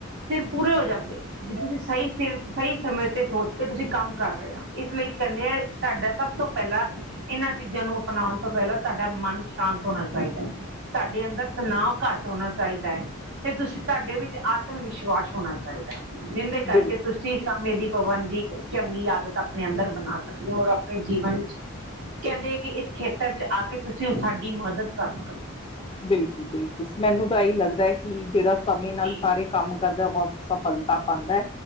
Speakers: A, on the right; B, on the left.
A: ਸਿਰ ਪੂਰੇ ਹੋ ਜਾਂਦੇ ਏ ਜੇ ਤੁਸੀਂ ਸਹੀ ਸਿਰ ਸਹੀ ਸਮੇਂ ਤੇ ਸੋਚ ਕੇ ਤੁਸੀਂ ਕੰਮ ਕਰ ਰਹੇ ਆ ਇਸ ਲਈ ਕਹਿੰਦੇ ਆ ਤਾਡਾ ਸਭ ਤੋਂ ਪਹਿਲਾਂ ਆ ਇਹਨਾਂ ਚੀਜ਼ਾਂ ਨੂੰ ਅਪਣਾਉਣ ਤੋਂ ਪਹਿਲਾਂ ਤੁਹਾਡਾ ਮਨ ਸ਼ਾਂਤ ਹੋਣਾ ਚਾਹੀਦਾ ਹੈ ਤੁਹਾਡੇ ਅੰਦਰ ਤਣਾਓ ਘੱਟ ਹੋਣਾ ਚਾਹੀਦਾ ਏ ਤੇ ਤੁਸੀ ਤੁਹਾਡੇ ਵਿੱਚ ਆਤਮ ਵਿਸ਼ਵਾਸ ਹੋਣਾ ਚਾਹੀਦਾ ਇਹਦੇ ਕਰਕੇ
B: ਬਿਲਕੁਲ
A: ਤੁਸੀ ਤੁਸੀ ਸਮੇਂ ਦੀ ਪਾਬੰਦੀ ਚੰਗੀ ਆਦਤ ਆਪਣੇ ਅੰਦਰ ਬਣਾ ਸਕਦੇ ਹੋ ਔਰ ਆਪਣੇ ਜੀਵਨ ਕਹਿੰਦੇ ਕਿ ਇਸ ਖੇਤਰ ਚ ਆ ਕੇ ਤੁਸੀਂ ਉਸ ਸਾਡੀ ਮਦਦ ਕਰ ਸਕਦੇ
B: ਕਰੋ
A: ਓ
B: ਬਿਲਕੁਲ ਬਿਲਕੁਲ ਮੈਨੂੰ ਤਾਂ ਇਹੀ ਲੱਗਦਾ ਕਿ ਜਿਹੜਾ ਸਮੇਂ ਨਾਲ
A: ਜੀ
B: ਸਾਰੇ ਕੰਮ ਕਰਦਾ ਔਰ ਸਫਲਤਾ ਪਾਦਾ